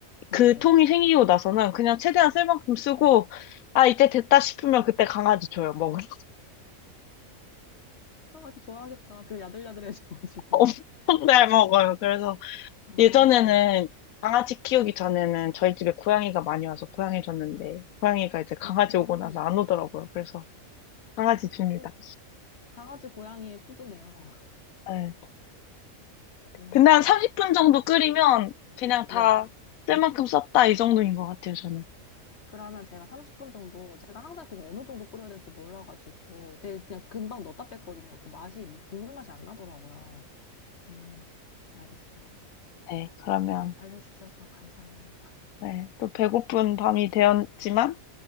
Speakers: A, on the left; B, on the left.
A: 네,
B: 그
A: 네.
B: 통이 생기고 나서는 그냥 최대한 쓸 만큼 쓰고 아 이제 됐다 싶으면 그때 강아지 줘요 먹으러
A: 아, 아직 좋아하겠다. 그 야들야들해져가지고.
B: <laughs> 엄청 잘 먹어요
A: <laughs>
B: 그래서
A: 어,
B: 예전에는 강아지 키우기 전에는 저희 집에 고양이가 많이 와서 고양이 줬는데 고양이가 이제 강아지
A: 음,
B: 오고 나서 안 오더라고요 그래서 강아지 줍니다
A: 그 강아지 고양이의 푸드네요. <laughs>
B: 네.
A: 오,
B: 근데
A: 네,
B: 한 30분 정도 끓이면 그냥 다
A: 네.
B: 쓸 만큼 썼다 이 정도인 것 같아요, 저는.
A: 그러면 제가 30분 정도, 제가 항상 그거 어느 정도 끓여야 될지 몰라가지고 되게 그냥 금방 넣었다 뺐거든요. 그 맛이, 뭐 국물 맛이 안 나더라고요. 음, 알겠습니다.
B: 네, 그러면
A: 알려주셔서 감사해요. <laughs>
B: 네, 또 배고픈 밤이 되었지만